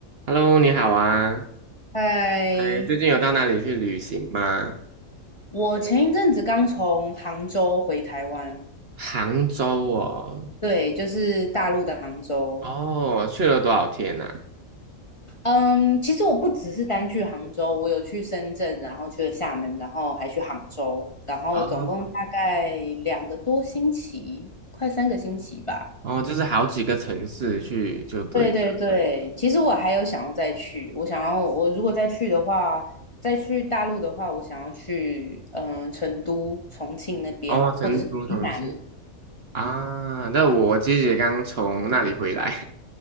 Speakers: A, on the right; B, on the left.
A: Hello，你好啊！
B: 嗨，
A: 哎，最近有到哪里去旅行吗？
B: 我前一阵子刚从杭州回台湾，
A: 杭州哦，
B: 对，就是大陆的杭州。
A: 哦，去了多少天呐、
B: 嗯，其实我不只是单去杭州，我有去深圳，然后去了厦门，然后还去杭州，然后总共大概两个多星期，
A: 哦，
B: 快三个星期吧。
A: 哦，就是好几个城市去就对了。
B: 对对对，其实我还有想要再去，我想要我如果再去的话，再去大陆的话，我想要去嗯、呃成都、重庆那边，
A: 哦，成都、
B: 或者是云南。
A: 重庆啊，那我姐姐刚从那里回来，